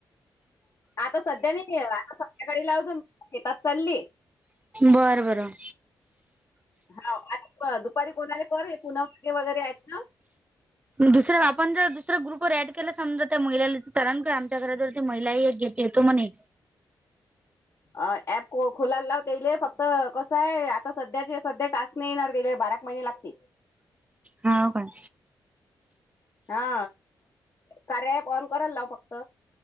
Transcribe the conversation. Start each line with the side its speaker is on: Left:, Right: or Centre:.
Left: आता सध्या नाही आता सध्याकाळी लाव जा शेतात चालली,
Right: बरं बरं
Left: ह आता दुपारी कोणा आले कर हे पुनमागे वगैरे आहेत ना
Right: दुसर्या आपण जर दुसऱ्या ग्रुपवर ऍड केला समजा त्या महिलाला कारण का आमच्या घर जर ते महिलाही एक घेतेेतो म्हणे
Left: अ ऍप खोलाला लावतेले फक्त कसं आहे आता सध्याचे सध्या टास् नाही येणार दि बाराक महिने लागतील.
Right: हा हो काण
Left: हा कार्य ऍप ऑन करायला लाव फक्त